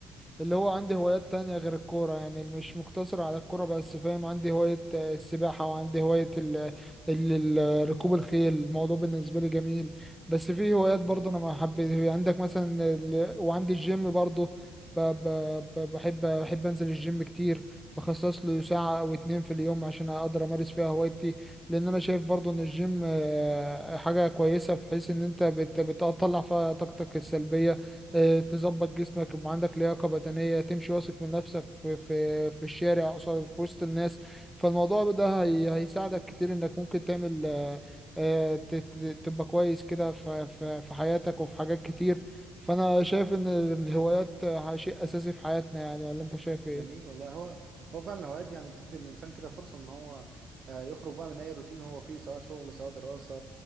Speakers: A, in the centre; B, on the right.
A: اللي هو عندي هوايات تانية غير الكوره يعني مش مقتصر على الكوره بس فاهم عندي هوايه آه، السباحه وعندي هوايه ال ال- ال- ركوب الخيل الموضوع بالنسبه لي جميل بس في هوايات برضه
B: إيه.
A: انا ما حبيت عندك مثلا ال... وعندي الجيم برضه ب... ب... ب- بحب بحب انزل الجيم كتير بخصص له ساعه او اتنين في اليوم عشان اقدر امارس فيها هوايتي لان انا شايف برضو ان الجيم آه، حاجه كويسه في حيث ان انت بت- بتطلع فيها طاقتك السلبيه آه، تظبط جسمك يبقى عندك لياقه بدنيه تمشي واثق من نفسك في في في الشارع قصاد- في وسط الناس فالموضوع ده هي هيساعدك كتير انك ممكن تعمل آه، آه، ت- ت- تبقى كويس كده في في في حياتك وفي حاجات كتير فانا شايف ان الهوايات آه، شيء اساسي في حياتنا يعني ولا انت شايف ايه
B: جميل والله هو هو فعلا الهوايات دي يعني بتدي الإنسان كده فرصة إن هو آه، يخرج بقى من أي روتين هو فيه سواء شغل سواء دراسة